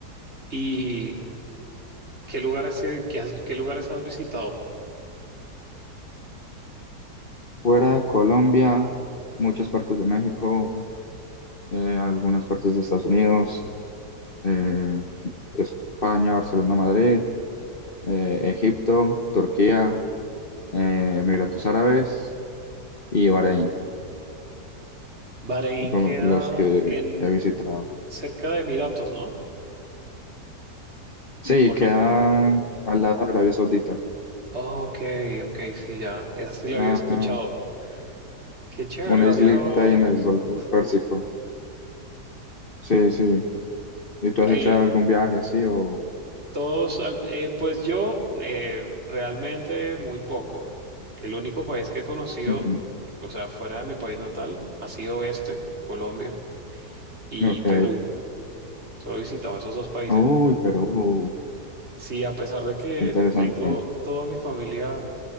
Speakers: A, on the right; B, on the left.
A: ¿Y qué lugares, eh, qué has- qué lugares has visitado?
B: Fuera de Colombia, muchas partes de México, eh, algunas partes de Estados Unidos, eh, España, Barcelona, Madrid, eh, Egipto, Turquía. eh, Emiratos Árabes y Bahrein,
A: Bahrein
B: como
A: queda
B: los que
A: en
B: he visitado.
A: cerca de Emiratos, ¿no?
B: Sí,
A: ¿O no?
B: queda al lado de Arabia Saudita,
A: Ok, ok, sí, ya. Esa sí
B: una,
A: la había escuchado. Qué chévere,
B: una
A: has
B: islita
A: viajado
B: ahí
A: a varios
B: en el
A: sitios.
B: Golfo Pérsico. Sí, sí. ¿Y tú has
A: Eh,
B: hecho algún viaje así o...?
A: todos, al- eh, pues yo eh, realmente muy poco. El único país que he conocido,
B: Ujú.
A: o sea, fuera de mi país natal, ha sido este, Colombia. y
B: Ok.
A: Perú. Solo he visitado esos dos países.
B: Uy, Perú,
A: Sí, a pesar de que
B: qué interesante.
A: tengo toda mi familia,